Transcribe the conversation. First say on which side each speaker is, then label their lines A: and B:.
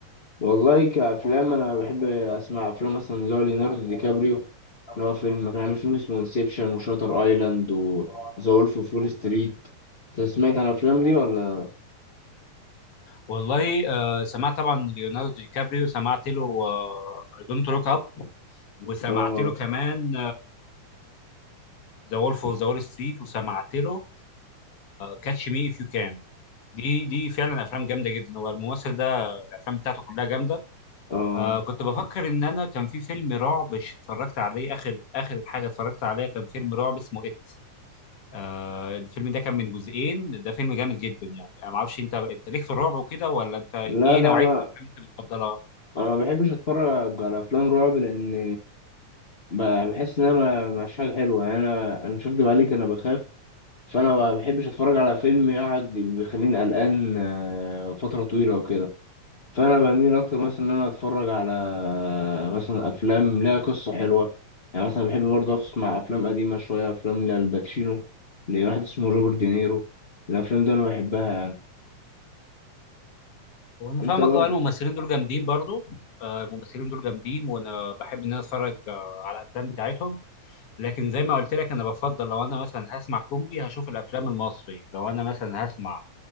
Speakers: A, on the left (about 35°); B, on the left (about 55°).
A: والله كأفلام أنا بحب أسمع أفلام مثلا اللي هو ليوناردو دي كابريو اللي هو فيلم كان عامل فيلم اسمه انسبشن وشاتر أيلاند وذا وولف أوف وول ستريت أنت سمعت عن الأفلام دي ولا؟
B: والله آه سمعت طبعا ليوناردو دي كابريو سمعت له دونت لوك اب وسمعت
A: آه
B: له كمان ذا وولف اوف ذا وول ستريت وسمعت له كاتش مي اف يو كان دي دي فعلا افلام جامده جدا هو الممثل ده الافلام بتاعته كلها جامده
A: آه
B: آه كنت بفكر ان انا كان في فيلم رعب ش- اتفرجت عليه اخر اخر حاجه اتفرجت عليها كان فيلم رعب اسمه ات آه الفيلم ده كان من جزئين ده فيلم جامد جدا يعني انا ما اعرفش انت انت ليك في الرعب وكده ولا انت
A: لا
B: ايه
A: لا
B: نوعيه
A: أنا
B: الافلام اللي انت بتفضلها
A: أنا ما بحبش أتفرج على أفلام رعب لأن ب- بحس إن أنا ما- مش حاجة حلوة يعني أنا أنا مش هكدب عليك أنا بخاف فأنا ما بحبش أتفرج على فيلم يقعد بيخليني قلقان آه، فترة طويلة وكده فانا بميل اكتر مثلا ان انا اتفرج على مثلا افلام ليها قصه حلوه يعني مثلا بحب برضه اسمع افلام قديمه شويه افلام لالباتشينو لواحد اسمه روبرت دينيرو الافلام دي انا بحبها يعني
B: هو انا
A: انت
B: فاهمك
A: برضه
B: اه الممثلين دول جامدين برضو آه الممثلين دول جامدين وانا بحب ان انا اتفرج آه على الافلام بتاعتهم لكن زي ما قلت لك انا بفضل لو انا مثلا هسمع كوميدي هشوف الافلام المصري لو انا مثلا هسمع